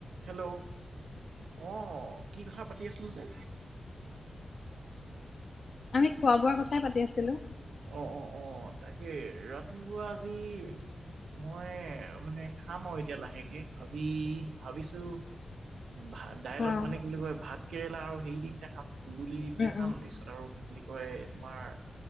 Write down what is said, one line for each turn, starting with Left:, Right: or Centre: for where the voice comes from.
Right: Hello অ কি কথা পাতি আছিলো যে
Left: আমি খোৱা-বোৱাৰ কথাই পাতি আছিলো
Right: অ অ অ তাকে ৰাতিপুৱা আজিৰ মই মানে খাম আৰু এতিয়া লাহেকে আজি ভাবিছো ভাত দাইলত
Left: উম
Right: মানে কি বুলি কয় ভাত কেৰেলা আৰু হেৰি দি পিনে খাম কুন্দুলি দি পিনে
Left: উম
Right: খাম তাৰপিছত আৰু কি বুলি কয় তোমাৰ